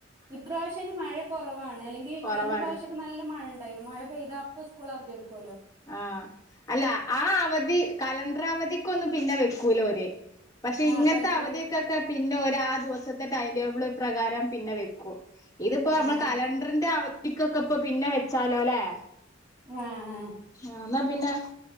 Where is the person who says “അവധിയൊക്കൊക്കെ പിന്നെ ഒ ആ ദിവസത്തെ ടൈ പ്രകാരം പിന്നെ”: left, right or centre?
Left